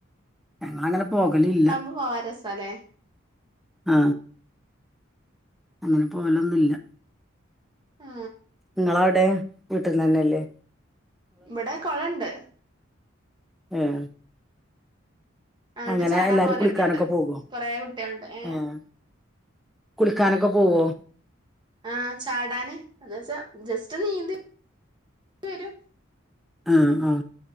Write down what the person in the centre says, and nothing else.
ഞങ്ങളങ്ങനെ പോകലില്ല.
ആ അങ്ങനെ പോലൊന്നുല്ല.
ങ്ങളവ്ടെ വീട്ടിന്ന്ന്നെല്ലേ?
ഉം
അങ്ങനെ
എല്ലാരും
കുളിക്കാനൊക്കെ പോകോ?
ഉം. കുളിക്കാനൊക്കെ പോവോ?
ആഹ ആഹ